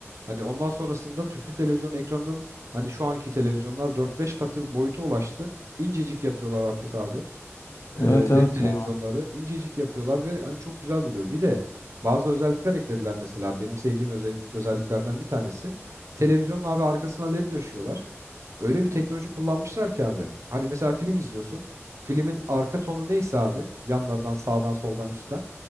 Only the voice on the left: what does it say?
Evet
evet
ya.